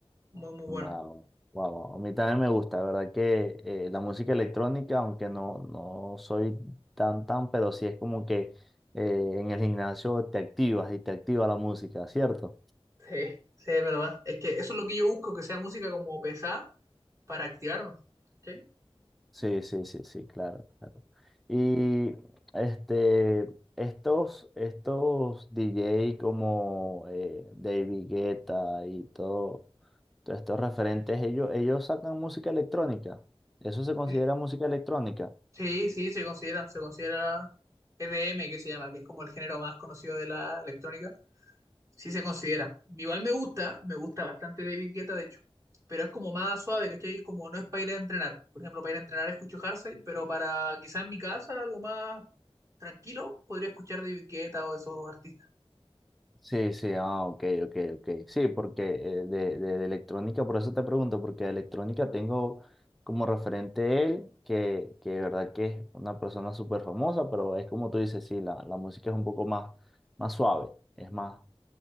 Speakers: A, on the right; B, in the centre.
A: Muy, muy bueno.
B: wow, wow, wow. A mí también me gusta, la verdad que eh, la música electrónica, aunque no, no soy tan tan, pero sí es como que eh, en el gimnasio te activas y te activa la música, ¿cierto?
A: Sí, sí, es verdad. Es que eso es lo que yo busco, que sea música como pesada para activarme. ¿cachai?
B: Sí, sí, sí, sí, claro, claro. Y este, estos, estos DJ como eh, David Guetta y todo, todos estos referentes, ellos, ellos sacan música electrónica. ¿Eso se considera
A: Sí,
B: música electrónica?
A: sí, sí, se considera, se considera EDM, que se llama, que es como el género más conocido de la electrónica Sí se considera. Igual me gusta, me gusta bastante David Guetta, de hecho. Pero es como más suave, ¿cachai? Es Como no es para ir a entrenar. Por ejemplo, para ir a entrenar escucho Hardstyle, pero para quizás en mi casa, algo más tranquilo, podría escuchar David Guetta o esos artistas.
B: Sí, sí, ah, ok, ok, ok. Sí, porque eh, de, de- de electrónica, por eso te pregunto, porque de electrónica tengo como referente él, que, que de verdad que es una persona súper famosa, pero es como tú dices, sí, la, la música es un poco más, más suave, es más,